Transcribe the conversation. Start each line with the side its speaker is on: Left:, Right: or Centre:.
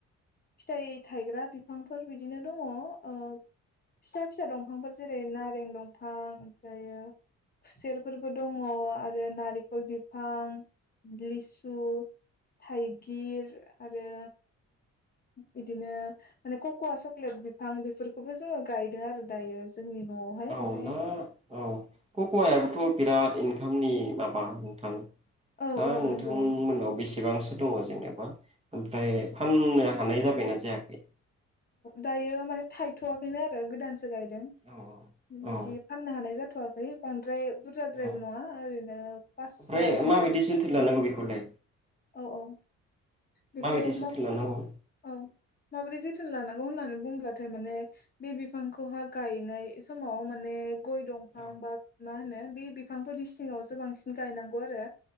Left: फिथाइ थायग्रा बिफांफोर बिदिनो दङ ओ फिसा फिसा दंफांफोर जेरै नारें दं। फां ओमफ्रायो खुसेरफोरबो दङ। आरो नारेखल बिफां लिसु थाइ। गिर आरो बिदिनो माने कक'वा चक्लेट बिफां बेफोरखौबो जोङो गायदों आरो दायो। जोंनि न'आवहाय ओमफ्राय
Right: औ दा औ कक'वायाबोथ' बिराद इनकामनि मा बा नोंथां
Left: औ
Right: दा
Left: औ
Right: नोंथांनि
Left: नंगौ
Right: मोनाव बेसेबांसो दङ जेनेबा ओमफ्राय फाननो हानाय जाबायना जायाखै
Left: दायो माने थायथ'वाखैनो आरो गोदान। सो गायदों
Right: औ औ
Left: बिदि फाननो हानाय जाथ'वाखै बांद्राय। बुरजाद्रायबो
Right: औ
Left: नङा ओरैनो पासस'
Right: ओमफ्राय माबायदि
Left: दाल।
Right: जोथोन लानांगौ बेखौलाय
Left: औ औ बेखौ
Right: माबायदि जोथोन
Left: मा
Right: लानांगौ
Left: औ माब्रै जो थोन लानांगौ होननानै बुंब्लाथाय माने बे बिफांखौहा गायनाय समाव माने। गय दंफां
Right: औ
Left: बा मा होनो बे बिफांफोरनि सिङावसो बांसिन गायनांगौ आरो।